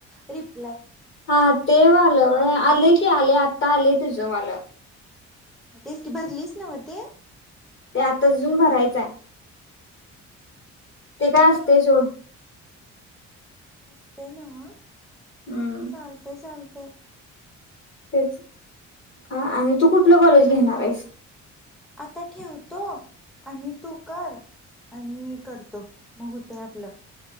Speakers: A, in the centre; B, on the left (about 40°).
A: रिप
B: हां, ते वालं व्हय आलंय की आलंय आत्ता आलंय तुझं मला.
A: म तेच की भरलीस न्हवं ते?
B: ते आता जून भरायचाय. ते काय
A: होय
B: असतंय सोड.
A: असतय नव्हं?
B: हम्म
A: चालतय चाल ते
B: तेच हां, आणि तू कुठलं कॉलेज घेणार हाईस? <inaudible>
A: आता ठेवतो, आणि तू कर, आणि मी करतो, मग होतय आपलं